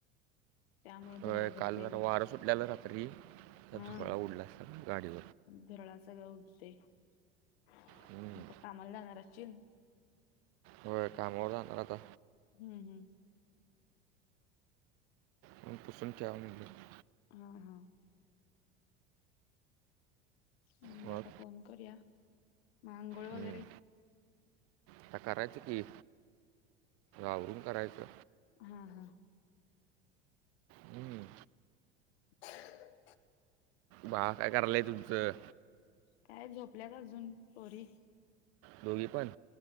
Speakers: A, on the left; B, on the right.
A: त्यामुंळ
B: होय,
A: धुराळ बसते
B: काल जरा
A: लई
B: वारं सुटलेलं रात्री, तर
A: हा.
B: <unintelligible> गाडीवर
A: धुराळा सगळं उठते मग
B: हं.
A: काय कामाला जाणार असशील.
B: व्हय कामावर जानार आता.
A: हम्म-हम्म.
B: म्हणून पुसून ठेवाव म्हनल.
A: हा-हा. म्हनल
B: मग?
A: आता फोन करूया मग आंगोळ
B: हं.
A: वगैरे?
B: आता करायचं की आवरून करायचं.
A: हा-हा
B: हं.
A: <unintelligible>
B: बाळ काय करायलाय तुमचं?
A: काय झोपल्यात अजून पोरी.
B: दोघी पण?